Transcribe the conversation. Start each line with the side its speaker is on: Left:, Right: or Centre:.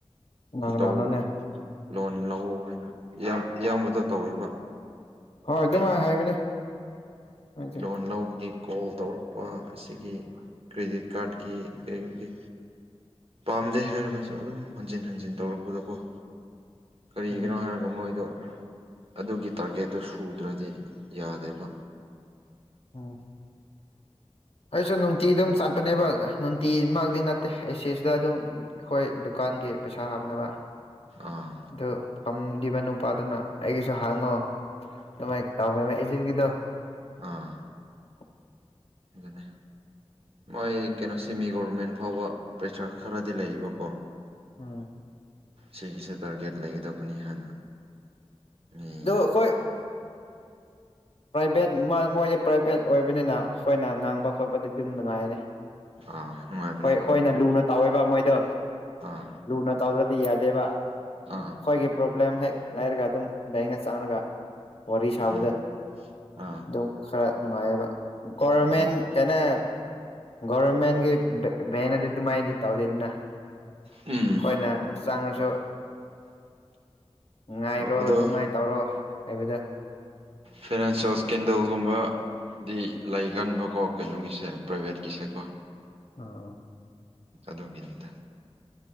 Right: ꯁꯤ
Left: ꯀꯅꯥ ꯀꯅꯥꯅꯣꯅꯦ
Right: ꯇꯧ ꯂꯣꯟ ꯂꯧ ꯍꯥꯏꯅ ꯏꯌꯥꯝꯕꯗꯣ ꯇꯧꯋꯦꯕ
Left: ꯍꯣꯏ ꯑꯗꯨꯃꯥꯏꯅ
Right: ꯕꯦꯡꯁꯦ
Left: ꯍꯥꯏꯕꯅꯦ ꯍꯥꯏꯗꯤ
Right: ꯂꯣꯟ ꯂꯧꯕꯒꯤ ꯀꯣꯜ ꯇꯧꯔꯛꯄ ꯑꯁꯤꯒꯤ ꯀ꯭ꯔꯦꯗꯤꯠ ꯀꯥꯔꯠꯀꯤ ꯀꯩꯒꯤ ꯄꯥꯝꯗꯦ ꯍꯥꯏꯔꯒꯁꯨ ꯑꯗꯨꯝ ꯍꯟꯖꯤꯟ ꯍꯟꯖꯤꯟ ꯇꯧꯔꯛꯄꯗꯣꯀꯣ ꯀꯔꯤꯒꯤꯅꯣ
Left: ꯎꯝ
Right: ꯍꯥꯏꯔꯒ ꯃꯣꯏꯗꯣ ꯑꯗꯨꯒꯤ ꯇꯥꯔꯒꯦꯠꯇꯨ ꯁꯨꯗ꯭ꯔꯗꯤ ꯌꯥꯗꯦꯕ
Left: ꯎꯝ ꯑꯩꯁꯨ ꯅꯨꯡꯇꯤ ꯑꯗꯨꯝ ꯆꯥꯠꯄꯅꯦꯕ ꯅꯨꯡꯇꯤ ꯃꯥꯛꯇꯤ ꯅꯠꯇꯦ ꯑꯦꯁꯤ ꯁꯤꯗ ꯑꯗꯨꯝ ꯑꯩꯈꯣꯏ ꯗꯨꯀꯥꯟꯒꯤ ꯄꯩꯁꯥ ꯍꯥꯞꯅꯕ
Right: ꯑꯥ
Left: ꯑꯗꯨ ꯐꯝꯒꯤꯕ ꯅꯨ ꯅꯨꯄꯥꯗꯨꯅ ꯑꯩꯒꯤꯁꯨ ꯍꯥꯡꯉꯣ ꯑꯗꯨꯃꯥꯏꯅ ꯇꯥꯎꯕꯅꯦꯕ ꯑꯦꯖꯦꯟꯒꯤꯗꯣ <inaudible>
Right: ꯑꯥ ꯑꯗꯨꯅꯦ ꯃꯣꯏ ꯀꯩꯅꯣ ꯁꯦꯃꯤ ꯒꯣꯕꯔꯃꯦꯟ ꯐꯥꯎꯕ ꯄꯩꯁꯥ ꯈꯔꯗꯤ ꯂꯩꯌꯦꯕꯀꯣ
Left: ꯎꯝ
Right: ꯁꯤꯒꯤꯁꯨ ꯇꯥꯔꯒꯦꯠ ꯂꯩꯒꯗꯕꯅꯤ ꯍꯥꯏꯅ ꯃꯤ
Left: ꯑꯗꯨ ꯑꯩꯈꯣꯏ ꯄ꯭ꯔꯥꯏꯚꯦꯠ ꯃꯣꯏꯗꯤ ꯄ꯭ꯔꯥꯏꯚꯦꯠ ꯑꯣꯏꯕꯅꯤꯅ ꯑꯩꯈꯣꯏꯅ ꯉꯥꯡꯕ ꯈꯣꯠꯄꯗꯤ ꯑꯗꯨꯝ ꯅꯨꯡꯉꯥꯏꯔꯦ
Right: ꯑꯥ ꯅꯨꯡꯉꯥꯏ
Left: ꯍꯣꯏ ꯑꯩꯈꯣꯏꯅ ꯂꯨꯅ ꯇꯧꯋꯦꯕ ꯃꯣꯏꯗꯣ
Right: ꯑꯥ
Left: ꯂꯨꯅ ꯇꯧꯗ꯭ꯔꯗꯤ ꯌꯥꯗꯦꯕ ꯑꯩꯈꯣꯏꯒꯤ
Right: ꯑꯥ
Left: ꯄ꯭ꯔꯣꯕ꯭ꯂꯦꯝ ꯍꯦꯛ ꯂꯩꯔꯒ ꯑꯗꯨꯝ ꯕꯦꯡꯅ ꯆꯪꯉꯒ ꯋꯥꯔꯤ ꯁꯥꯕꯗꯣ
Right: ꯎꯝ ꯑꯥ
Left: ꯑꯗꯨꯝ ꯈꯔ ꯅꯨꯡꯉꯥꯏꯌꯦꯕ ꯒꯣꯔꯃꯦꯟ
Right: ꯑꯗꯨꯃꯥꯏꯅ ꯇꯧ
Left: ꯀꯩꯅꯣ ꯒꯣꯕꯔꯃꯦꯟꯒꯤ ꯚꯦꯟꯅꯗꯤ ꯑꯗꯨꯃꯥꯏꯅꯗꯤ ꯇꯧꯗꯦꯗꯅ
Right: ꯎꯝ
Left: ꯑꯩꯈꯣꯏꯅ ꯆꯪꯉꯁꯨ ꯉꯥꯏꯔꯣ
Right: ꯑꯗꯣ
Left: ꯑꯗꯨꯃꯥꯏ ꯇꯧꯔꯣ ꯍꯥꯏꯕꯗꯣ
Right: ꯐꯤꯅꯥꯟꯁꯤꯌꯦꯜ ꯏꯁꯀꯦꯟꯗꯜꯒꯨꯝꯕ ꯗꯤ ꯂꯩꯒꯟꯕꯀꯣ ꯀꯩꯅꯣꯒꯤꯁꯦ ꯄ꯭ꯔꯥꯏꯚꯦꯠꯀꯤꯁꯦꯀꯣ
Left: ꯑ ꯑꯣ
Right: ꯑꯗꯨꯒꯤꯅꯤꯗ